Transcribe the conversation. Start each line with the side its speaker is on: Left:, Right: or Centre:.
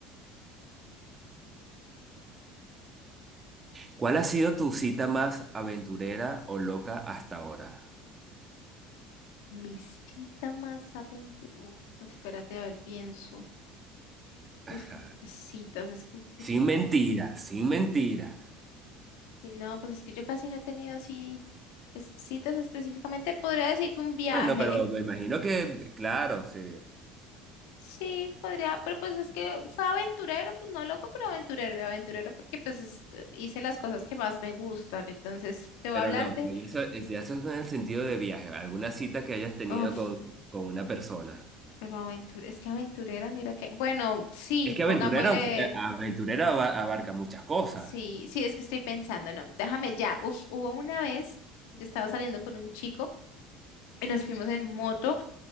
Right: ¿Cuál ha sido tu cita más aventurera o loca hasta ahora?
Left: Mi cita más aventurera. espérate, a ver, pienso.
Right: <laughs>
Left: Pues que, pues citas, es que pues,
Right: Sin
Left: yo casi-
Right: mentiras, sin mentiras.
Left: sí, no, pues es que yo casi no he tenido así, pues citas específicamente. Podría decir que un viaje.
Right: Bueno, pero me imagino que, claro, sí.
Left: Sí, podría, pero pues es que fue aventurero, pues no loco, pero aventurero y aventurero porque pues este, hice las cosas que más me gustan. Entonces, te voy
Right: Pero
Left: a hablar
Right: no, pero
Left: de,
Right: eso, es- ya eso es en el sentido de viaje. ¿Alguna cita que hayas tenido
Left: uf,
Right: con, con una persona?
Left: pero aventurera, es que aventurera, mira que, bueno, sí,
Right: Es que aventurero,
Left: pongámosle.
Right: eh, aventurero aba- abarca muchas cosas.
Left: Sí, sí, es que estoy pensando, no, déjame ya. Uf, hubo una vez, yo estaba saliendo con un chico y nos fuimos en moto